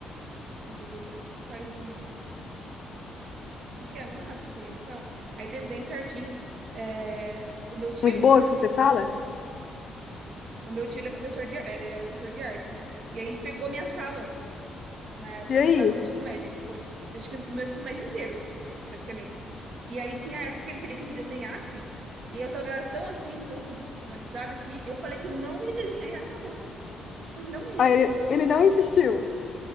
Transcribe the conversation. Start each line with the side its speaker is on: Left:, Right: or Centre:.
Right: Então, Tem gente que, tipo, faz um... Como que é? Um rascunho que fala. Aí desenha certinho. É, O meu tio...
Left: Um esboço, você fala?
Right: O meu tio, ele é professor de... Ele era professor de artes, né? E aí ele pegou a minha sala. na época
Left: E aí?
Right: que eu tava no ensino médio. Ele ficou, acho que no meu ensino médio inteiro, praticamente. E aí tinha a época que ele queria que a gente desenhasse, e eu tava, era tão assim, tão traumatizada, que eu falei que eu não ia desenhar, e acabou. <laughs> Eu não ia.
Left: Aí ele, ele não insistiu.